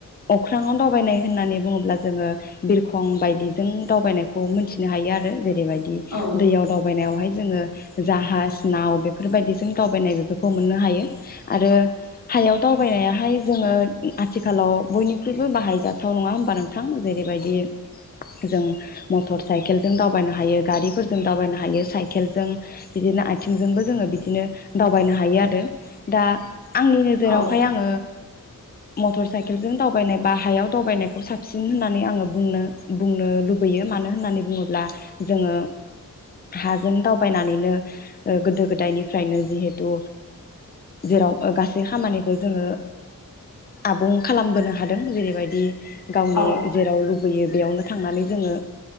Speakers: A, on the left; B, on the left.
A: अख्रांआव दावबायनाय होननानै बुङोब्ला जोङो बिरखं बायदि जों दावबायनायखौ मोनथिनो हायो आरो जेरैबाय दि
B: औ
A: दैयाव दावबायनायावहाय जोङो जाहाज नाव बेफोरबायदिजों दावबायनाय बेफोरखौ मोननो हायो। आरो हायाव दावबायनायाहाय जोङो आथिखालाव बयनिख्रुइबो बाहायजाथाव नङा होमबा नोंथां जेरैबायदि जों मटर साइकेलजों दावबायनो हायो गारिफोरजों दावबायनो हायो साइकेलजों बिदिनो आथिंजोंबो जोङो बिदिनो दावबायनो हायो आरो दा आंनि नोजोरावहाय
B: औ
A: आङो मटर साइकेलजों दावबायनाय बा हायाव दावबायनायखौ साबसिन होननानै आङो बुंनो बुंनो लुबैयो मानो होननानै बुङोब्ला जोङो हाजों दावबायनानैनो ओ गोदो गोदायनिफ्रायनो जिहेथु जेराव गासै खामानिखौ जोङो आबुं खालामबोनो हादों जेरैबायदि गावनि
B: औ
A: जेराव लुब बैयो बेयावनो थांनानै जोङो